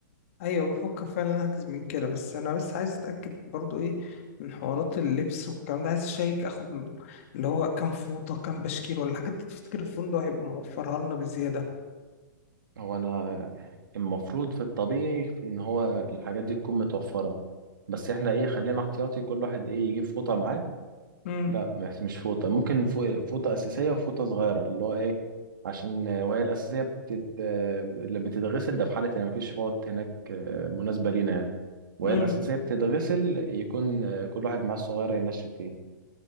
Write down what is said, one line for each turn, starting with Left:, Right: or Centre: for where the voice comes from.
Left: ايوه بفكر فعلا احجز من كده بس انا بس عايز اتاكد برضو ايه من حوارات اللبس والكلام ده عايز اشيك اخد من- اللي هو كام فوطه كام بشكير ولا الحاجات دي تفتكر الفندق هيبقى موفرها لنا بزياده
Right: هو انا المفروض في الطبيعي في ان هو الحاجات دي تكون متوفرة بس احنا ايه خلينا احتياطي كل واحد ايه يجيب فوطة معاه
Left: امم
Right: لا مش مش فوطة ممكن فو- فوطة أساسية وفوطة صغيرة اللي هو إيه عشان آه، وهي الأساسية بتت... آه، اللي بتتغسل ده في حالة إن مفيش فوط هناك آه، مناسبة لينا يعني وهي
Left: امم
Right: الأساسية بتتغسل يكون آه، كل واحد معاه الصغيرة ينشف فيه